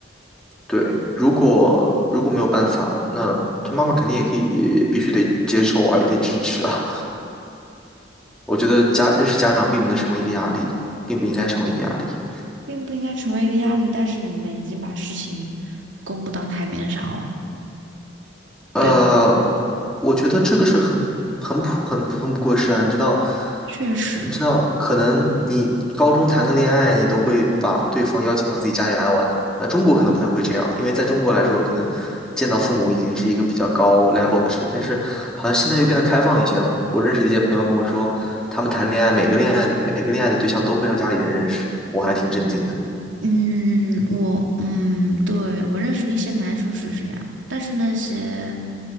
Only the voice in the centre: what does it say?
对，如果如果没有办法，
那他妈妈肯定也可以，也也必须得接受啊，也得支持啊。<laughs> 我觉得家认识家长并不能成为一个压力，并不应该成为一个压力。
呃，
我觉得这个是很很普很普通不过事啊，你知道，
你知道，可能你高中谈个恋爱，你都会把对方邀请到自己家里来玩。呃，中国可能不太会这样，因为在中国来说，可能见到父母已经是一个比较高 level 的事情，但是好像现在又变得开放一些了。我认识的一些朋友跟我说，他们谈恋爱，每个恋爱的每个恋爱的对象都会让家里人认识，我还挺震惊的。